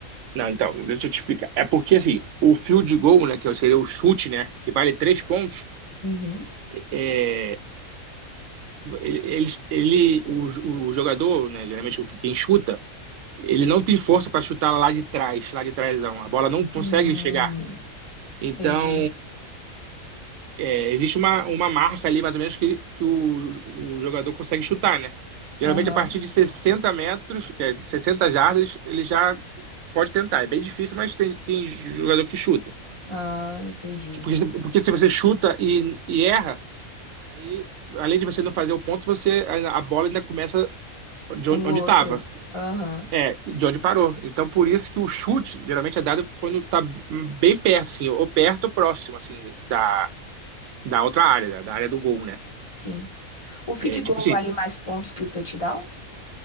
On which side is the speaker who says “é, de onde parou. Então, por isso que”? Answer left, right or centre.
Right